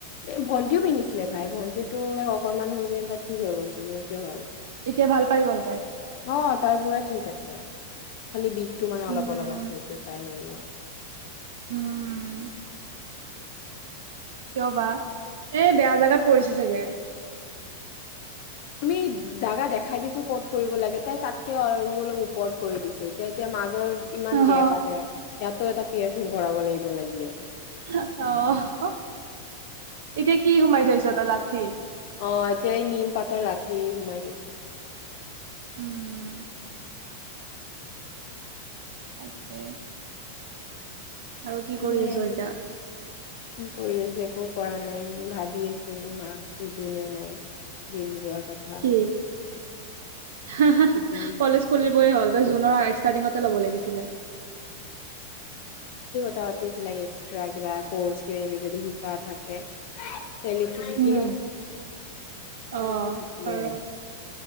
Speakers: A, on the left (about 55°); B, on the right (about 70°).
A: এ ভণ্টিও পিন্ধিছিলে ভাই ভণ্টিৰটো অকনমান হৈ কিনে তাৰ ঠিক হৈ গ'ল চোন মোৰ কিয় হ'ল?
B: এতিয়া ভাল পাই গ'ল তাই
A: অ তাৰ পুৰা ঠিক আছে। খালি বিষ- টো মানে
B: উম,
A: অলপ অলপ আছে সেইটো টাইম লাগিব।
B: উম! কিয় বা? এই বেয়া জাগাত পৰিছে চাগে।
A: আমি জাগা দেখাই দিছো ক'ত কৰিব লাগে তাই তাতকেও আৰু অলপ ওপৰত কৰি দিছে এতিয়া, এতিয়া মাজৰ ইমান
B: অহ,
A: গেপ আছে ইয়াতো এটা পিয়েৰচিং কৰাব লাগিব লাগি আছে।
B: হো অহ এতিয়া কি সোমাই থৈছ? লাঠি
A: অহ! এতিয়া এই নিম পাতৰ লাঠি সোমাই থৈছো।
B: উম তাকে আৰু কি কৰি
A: এনে
B: আছ এতিয়া?
A: কি কৰি আছে একো কৰা নাই ভাবি আছো মাক সুধো নে নাই জিম যোৱা কথা
B: কি হা হা হা
A: জিম
B: কলেজ খুলিবই হ'ল তই জুনৰ ষ্টাৰ্টিঙতে ল'ব লাগিছিলে
A: তি আছিলে এক্সট্ৰা কিবা কৰ্চ কিবা কিবি যদি শিকা থাকে তেলীটো শিকিলো
B: উম,
A: তেলিটো
B: অ',
A: শিকিলো
B: পাৰ।
A: হয়।